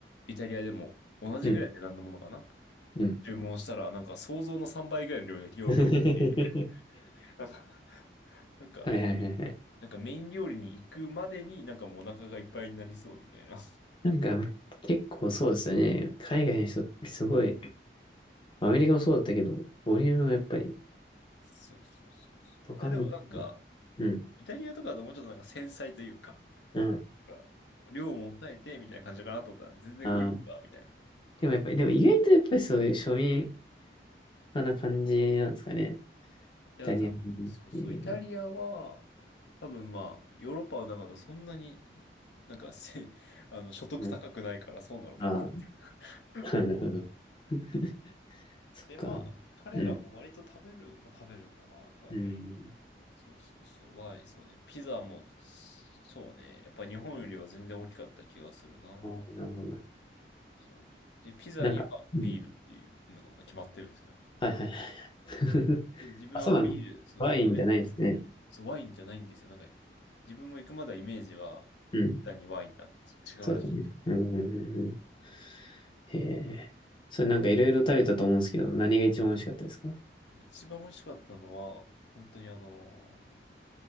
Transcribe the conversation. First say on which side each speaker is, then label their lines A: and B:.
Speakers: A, on the left (about 80°); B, on the left (about 25°).
A: イタリアでも同じぐらいの値段のものかな
B: うん、うん。
A: 注文したら、なんか想像の3倍ぐらいの量が、量、
B: <laughs>
A: 量が来て、なんか、なんか、
B: はいはいはいはい。
A: なんかメイン料理に行くまでになんかもうお腹がいっぱいになりそうみたいな。
B: なんか、結構そうですよね。海外の人ってすごい、まあアメリカもそうだったけど、ボリュームがやっぱり、
A: そうそうそうそう。
B: ドカン、
A: いやでもなんか、
B: うん、
A: イタリアとかだともうちょっとなんか繊細というか、
B: うん。
A: か、量も抑えてみたいな感じかなと思ったら、全然来るんだ、
B: ああ。
A: みたいな感じ。
B: でもやっぱり、
A: い
B: でも意外とやっぱりそういう庶民派な感じなんですかね。
A: や、
B: イタリアンっ
A: 多分、そうそう、
B: ていうの。
A: イタリアは、多分まあ、ヨーロッパの中だそんなに、なんかせ、<laughs> あの、所得高くないからそうなのかな。
B: うん、ああ、
A: <laughs>
B: <laughs>
A: うん
B: なるほど。<laughs> そっか。
A: で、まあ、彼らも割と食べる、
B: うん、
A: まあ、食べるんだな、やっぱ、
B: うん。
A: うん。そうそうそう、はい、そうね。ピザも、そうね。やっぱ日本よりは全然大きかった気がするな。
B: ああ、なるほど。
A: そう。で、ピザにはビールっていうのがまあ決まってるんですよ、
B: なんか、うん。
A: なんか。
B: はいはいはいはい。<laughs>
A: で、自分はまあビール、
B: あ、そうなんだ。
A: そうそう、
B: ワインじゃないですね。
A: 飲めない。うん。そう、ワインじゃないんですよ。なんか、自分も行くまではイメージは、
B: うん。
A: ザにワインだったんですよ。
B: そうだね。
A: 違うらしいと。
B: うん。うんうんへえ。それなんかいろいろ食べたと思うんですけど、何が一番美味しかったですか
A: 一番美味しかったのは、本当にあの